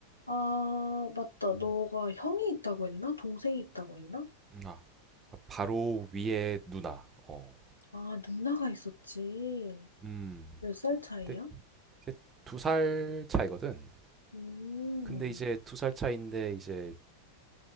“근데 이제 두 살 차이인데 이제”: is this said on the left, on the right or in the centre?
Right